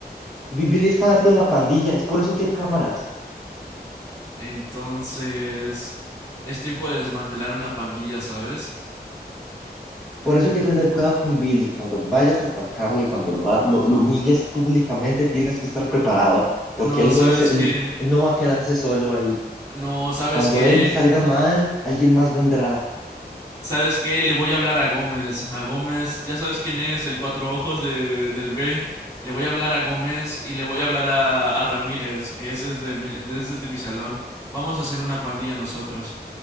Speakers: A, in the centre; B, on the left (about 15°).
A: Bi- Billy es parte de una pandilla, es por eso que hay cámaras.
B: Entonces, es tiempo de desmantelar una pandilla, ¿sabes?
A: Por eso hay que tener cuidado con Billy. Cuando vayas a atacarlo y cuando lo, ha- lo, lo humilles
B: N-
A: públicamente, tienes que estar preparado, porque
B: No,
A: él
B: ¿sabes
A: no es, él,
B: que
A: él no va a quedarse solo ahí.
B: No, ¿sabes
A: Cuando
B: que
A: él salga mal, alguien más vendrá.
B: ¿Sabes qué? Le voy a hablar a Gómez. A Gómez, ya sabes quién es, el cuatro ojos de, del B. Le voy a hablar a Gómez y le voy a hablar a, a Ramírez, que ese es, de mi, de- ese es de mi salón. Vamos a hacer una pandilla nosotros.